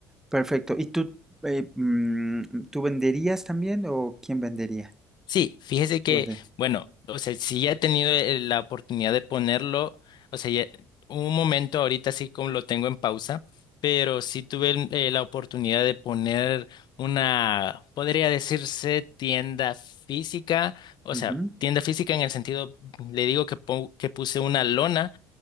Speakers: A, in the centre; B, on the left.
A: perfecto. ¿Y tú, eh, mm, tú venderías también o quién vendería?
B: Sí, fíjese que,
A: Tú vende-
B: bueno, o sea, sí ya he tenido eh, la oportunidad de ponerlo, o sea, ya- un momento ahorita sí como lo tengo en pausa, pero sí tuve el- eh, la oportunidad de poner una, podría decirse tienda física, o
A: Ujú,
B: sea, tienda física en el sentido, le digo que, pon- que puse una lona